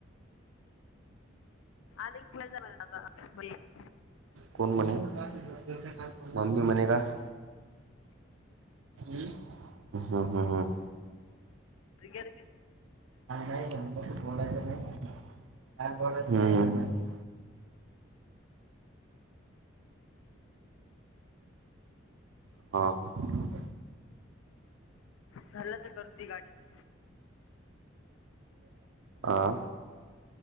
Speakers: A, on the left; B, on the right.
A: आधी पु मला का <unintelligible>
B: कोण म्हणे <unintelligible> मम्मी म्हणे का <inaudible> हम्म- हम्म -हम्म. <inaudible>
A: अ घर का <unintelligible>
B: हा नाही म्हणलं त बोलायचं नाही म्हण का बोलायचं हम्म -हम्म <unintelligible> हा-हा <unintelligible>
A: धरलं तर करती गाडीत.
B: <unintelligible> ह.